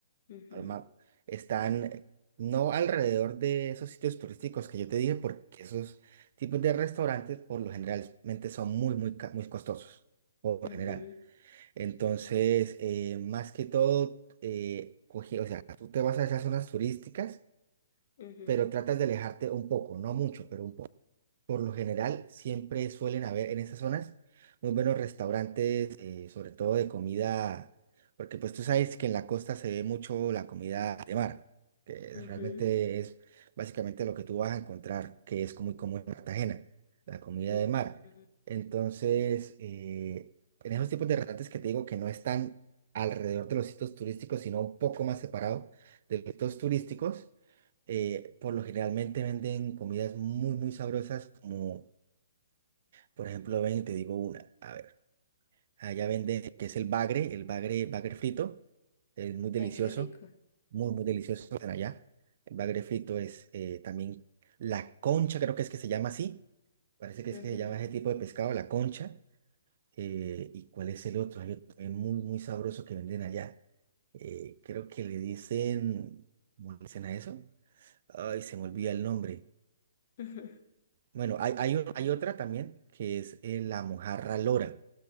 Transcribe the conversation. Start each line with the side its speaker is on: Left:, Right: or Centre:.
Left: Ujú,
Right: arma- están eh, no alrededor de esos sitios turísticos que yo te dije, porque esos tipos de restaurantes por lo generalmente son muy, muy, ca- muy costosos, por lo
Left: ujú,
Right: general. Entonces, eh, más que todo, eh, cogí- o sea, tú te vas a esas zonas turísticas,
Left: ujú,
Right: pero tratas de alejarte un poco, no mucho, pero un poco Por lo general, siempre suelen haber en esas zonas muy buenos restaurantes, eh, sobre todo de comida, porque pues tú sabes que en la costa se ve mucho la comida de mar, que
Left: ujú,
Right: realmente es básicamente lo que tú vas a encontrar, que es muy común en Cartagena, la comida
Left: ujú,
Right: de mar.
Left: ujú.
Right: Entonces, eh, en esos tipos de restaurantes que te digo que no están alrededor de los sitios turísticos, sino un poco más separado de los sitios turísticos, eh, por lo generalmente venden comidas muy, muy sabrosas, como por ejemplo, ven y te digo una, a ver, allá venden, que es el bagre, el bagre, bagre frito, es muy delicioso,
Left: Ay, qué rico.
Right: muy, muy delicioso están allá. El bagre frito es eh, también la concha, creo que es que se llama así, parece que es
Left: Ujú,
Right: que se
Left: ujú.
Right: llama ese tipo de pescado, la concha. Eh, ¿y cuál es el otro? Hay otro también muy, muy sabroso que venden allá. Eh, creo que le dicen, ¿cómo le dicen a eso? Ay, se me olvida el nombre.
Left: <laughs>
Right: Bueno, hay, hay, o- hay otra también que es eh, la mojarra lora.